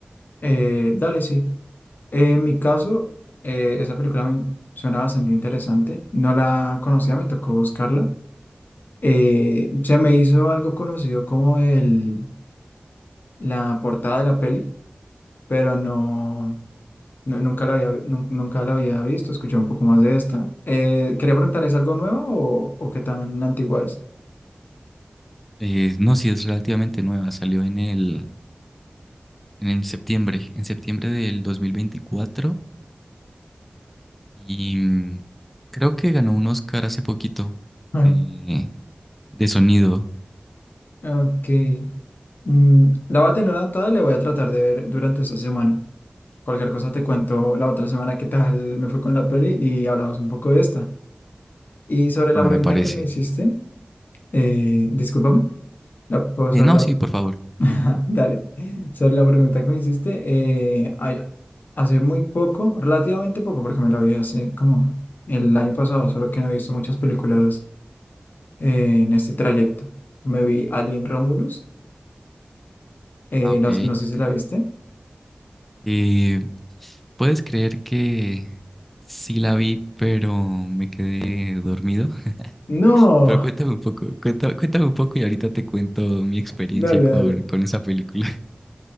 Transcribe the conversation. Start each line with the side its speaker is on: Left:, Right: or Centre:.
Left: Eh, dale, sí. Eh, en mi caso, eh, esa película me suena bastante interesante. No la conocía, me tocó buscarla. Eh, se me hizo algo conocido como el, la portada de la peli, pero no. No, nunca la había, nun- nunca la había visto, escuché un poco más de esta. Eh, quería preguntar, ¿es algo nuevo o, o qué tan antigua es?
Centre: Eh, no, si es relativamente nueva, salió en el en septiembre, en septiembre del 2024 y mm, creo que ganó un Oscar hace poquito
Left: Ah,
Centre: de, de sonido,
Left: Ok. Mm, la voy a tener anotada y la voy a tratar de ver durante esta semana. Cualquier cosa te cuento la otra semana qué tal me fue con la peli y hablamos un poco de esta. Y sobre la
Centre: ah,
Left: pregunta
Centre: me parece.
Left: que me hiciste, eh, discúlpame, la, pues,
Centre: Eh,
Left: sobre
Centre: no,
Left: la
Centre: sí, por favor.
Left: <laughs> Dale, sobre la pregunta que me hiciste, eh, ay- hace muy poco, relativamente poco, porque me la vi hace como el año pasado, solo que no he visto muchas películas eh, en este trayecto. Me vi Alien Romulus, eh,
Centre: Ah, ok.
Left: no, no sé si la viste.
Centre: Eh, ¿puedes creer que sí la vi, pero me quedé dormido? <laughs>
Left: No,
Centre: Pero cuéntame un poco, cuenta- cuéntame un poco y ahorita te cuento mi experiencia
Left: dale,
Centre: con,
Left: dale.
Centre: con esa película. <laughs>